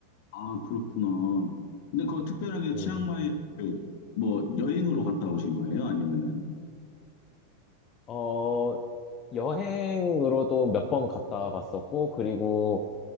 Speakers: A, on the left (about 50°); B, on the left (about 30°).
A: 아, 그렇구나. 근데 그거 특별하게
B: 네.
A: 치앙마이 뭐 여행으로 갔다 오신 거예요? 아니면은?
B: 어, 여행으로도 몇 번 갔다 봤었고 그리고